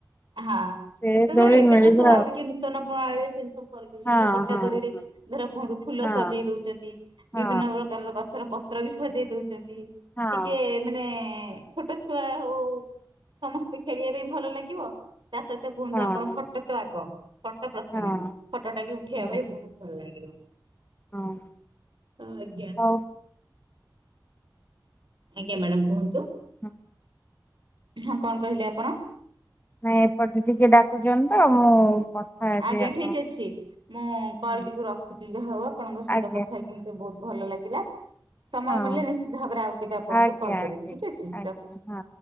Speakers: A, on the right (about 85°); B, on the left (about 25°).
A: ହଁ
B: ସେ
A: ଏତେ
B: ଦୋଳି
A: ଯାଏ ଏବେ
B: ମିଳିବ
A: ତ ସବୁ ଆଉ ଟିକେ ନୂତନ ଣାଳିରେ ସେ ସବୁ କରିଦଉଛନ୍ତି
B: ଆଉ
A: ସେ ପଟା
B: ହଁ
A: ଦୋଳିରେ ଧର କୁହନ୍ତୁ ଫୁଲ
B: ହଁ
A: ସଜେଇ ଦଉଛନ୍ତି।
B: ହଁ
A: ବିଭିନ୍ନ ପ୍ରକାରର ଗଛର ପତ୍ର ବି ସଜେଇ ଦଉଛନ୍ତି
B: ହଁ ହଁ
A: ଟିକିଏ ମାନେ ଛୋଟ ଛୁଆ ହଉ ସମସ୍ତେ ଖେଳିବା ପାଇଁ ଭଲ ଲାଗିବ ତା ସହିତ କୁହନ୍ତୁ
B: ହଁ
A: ଆପଣ ଫଟୋ ତ ଆଗ ଫଟ ପ୍ରଥମେ
B: ହଁ ହଁ।
A: ଫଟୋଟା ବି ଉଠେଇବା
B: ହଁ
A: ପାଇଁ ବହୁତ୍ ଭଲ ଲାଗିବ।
B: ହଁ
A: ହଁ ଆଜ୍ଞା
B: ହଉ
A: ଆଜ୍ଞା ମ୍ୟାଡ଼ାମ କୁହନ୍ତୁ
B: ହଁ
A: ହଁ କଣ କହିଲେ ଆପଣ
B: ନାଇଁ ଏପଟେ ଟିକେ ଡାକୁଛନ୍ତି ତ ମୁଁ ହେବି
A: ଆଜ୍ଞା
B: ଆପଣଙ୍କୁ
A: ଠିକ ଅଛି ମୁଁ କଲ
B: ହଁ
A: ଟିକୁ ରଖୁଛି ଯାହା ହଉ ଆପଣଙ୍କ ସହିତ
B: ଆଜ୍ଞା
A: କଥା ହେ ଏମତି ବହୁତ ଭଲ ଲାଗିଲା ସମୟ
B: ହଁ
A: ମିଳିଲେ ନିଶ୍ଚିତ ଭାବରେ ଆଉ କେବେ ଆପଣଙ୍କୁ
B: ଆଜ୍ଞା
A: କଲ୍
B: ଆଜ୍ଞା
A: କରିବି ଠିକ ଅଛି
B: ଆଜ୍ଞା
A: ରଖୁଛି
B: ହଁ।